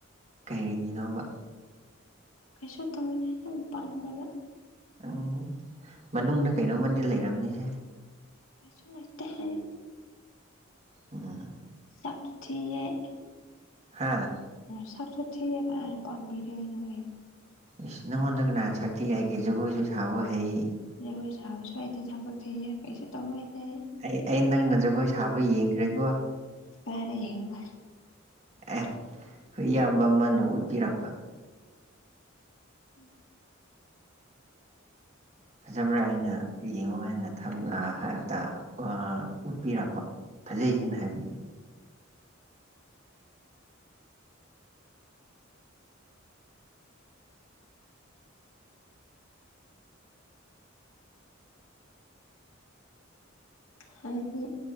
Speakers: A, on the right; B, on the left.
A: ꯀꯔꯤꯒꯤꯅꯣꯕ
B: ꯀꯁ ꯇꯍꯅ ꯄꯥꯟꯗꯕ
A: ꯎꯝ ꯃꯅꯨꯡꯗ ꯀꯩꯅꯣꯝꯃꯗꯤ ꯂꯩꯔꯝꯅꯤꯁꯦ
B: ꯀꯩꯁꯨ ꯂꯩꯇꯦ ꯍꯥꯏ
A: ꯎꯝ
B: ꯆꯥꯛ ꯊꯤꯌ‌ꯦ
A: ꯍꯥꯥ
B: ꯁꯥꯛꯁꯨ ꯊꯤꯌ‌ꯦ ꯀꯥꯅꯅ ꯄꯥꯝꯕꯤꯗꫭꯏꯅꫭ
A: ꯏꯁ ꯅꯪꯉꯣꯟꯗ ꯀꯅꯅ ꯁꯛ ꯊꯤ ꯍꯥꯏꯒ‌ꯦ ꯖꯒꯣꯏꯁꯨ ꯁꯥꯕ ꯍꯩ
B: ꯖꯒꯣꯏ ꯁꯥꯕꯁꯨ ꯍꯩꯇꯦ ꯊꯥꯒꯠꯇꯦꯍꯦ ꯀꯩꯁꯨ ꯇꯧ ꯍꯩꯇꯦꯍꯦ
A: ꯑꯩ ꯑꯩ ꯅꯪꯅ ꯖꯒꯣꯏ ꯁꯥꯕ ꯌꯦꯡꯈ꯭ꯔꯦꯀꯣ
B: ꯐꯔꯦ ꯌꯦꯕ
A: ꯑꯦ ꯍꯏꯌꯥꯝꯕ ꯑꯃꯅꯥ ꯎꯠꯄꯤꯔꯛꯄ
B: ꯎꯝ
A: ꯐꯖꯕ꯭ꯔꯥ ꯍꯥꯏꯅ ꯌꯦꯡꯉꯣ ꯍꯥꯏꯅ ꯊꯧ ꯑ ꯍꯥ ꯇꯥ ꯑ ꯎꯠꯄꯤꯔꯛꯄ ꯐꯖꯩ ꯍꯥꯏꯅ ꯍꯥꯏꯕꯗꯤ
B: ꯍꯥꯏꯗꯤ